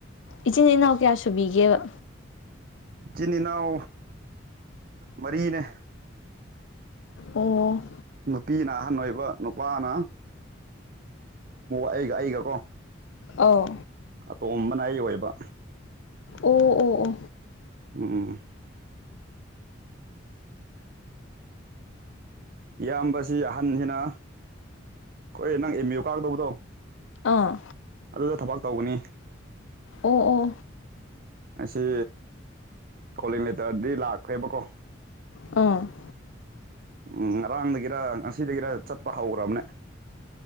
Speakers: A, on the left; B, on the right.
A: ꯏꯆꯤꯟ ꯏꯅꯥꯎ ꯀꯌꯥ ꯁꯨꯕꯤꯒꯦꯕ
B: ꯏꯆꯤꯟ ꯏꯅꯥꯎ ꯃꯔꯤꯅꯦ
A: ꯑꯣ
B: ꯅꯨꯄꯤꯅ ꯑꯍꯟ ꯑꯣꯏꯕ ꯅꯨꯄꯥꯅ ꯑꯩꯒ ꯑꯩꯒ ꯀꯣ
A: ꯑꯥꯎ
B: ꯑꯇꯣꯝꯕꯅ ꯑꯩ ꯑꯣꯏꯕ
A: ꯑꯣ ꯑꯣ ꯑꯣ
B: ꯎꯝ ꯎꯝ ꯏꯌꯥꯝꯕꯁꯤ ꯑꯍꯟꯅꯤꯅ ꯑꯣꯏ ꯅꯪ ꯑꯦꯝ ꯌꯨ ꯀꯥꯗꯧꯕꯗꯣ
A: ꯑꯥ
B: ꯑꯗꯨꯗ ꯊꯕꯛ ꯇꯧꯒꯅꯤ
A: ꯑꯣ ꯑꯣ
B: ꯉꯁꯤ ꯀꯣꯂꯤꯡ ꯂꯦꯇ꯭ꯔꯗꯤ ꯂꯥꯛꯈ꯭ꯔꯦꯕꯀꯣ
A: ꯑꯝ
B: ꯎꯝ ꯉꯔꯥꯡꯗꯒꯤꯔ ꯉꯁꯤꯗꯒꯤꯔ ꯆꯠꯄ ꯍꯧꯈ꯭ꯔꯕꯅꯦ